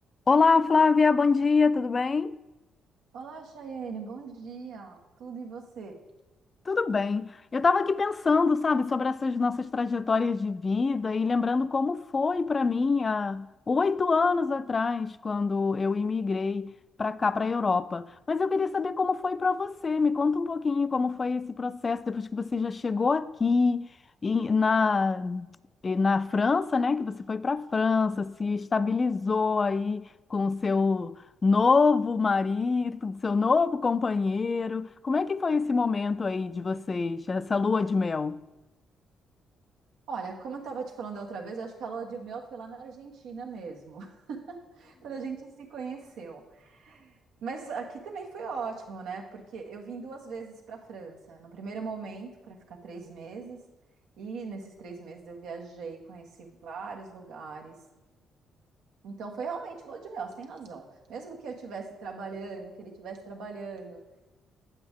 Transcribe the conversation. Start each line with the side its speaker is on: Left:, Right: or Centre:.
Left: Olá, Flávia, bom dia, tudo bem?
Right: Olá, Chayene, bom dia. Tudo e você?
Left: Tudo bem. Eu estava aqui pensando, sabe, sobre essas nossas trajetórias de vida e lembrando como foi para mim há oito anos atrás, quando eu imigrei para cá, para a Europa. Mas eu queria saber como foi para você. Me conta um pouquinho como foi esse processo depois que você já chegou aqui e na, e na França, né? Que você foi para a França, se estabilizou aí com o seu novo marido, do seu novo companheiro. Como é que foi esse momento aí de vocês, essa lua de mel?
Right: Olha, como eu estava te falando da outra vez, eu acho que a lua de mel foi lá na Argentina mesmo, <laughs> quando a gente se conheceu. Mas aqui também foi ótimo, né? Porque eu vim duas vezes para a França. No primeiro momento, para ficar três meses, e nesses três meses eu viajei, conheci vários lugares. Então foi realmente lua de mel, você tem razão. Mesmo que eu estivesse trabalhando, que ele estivesse trabalhando.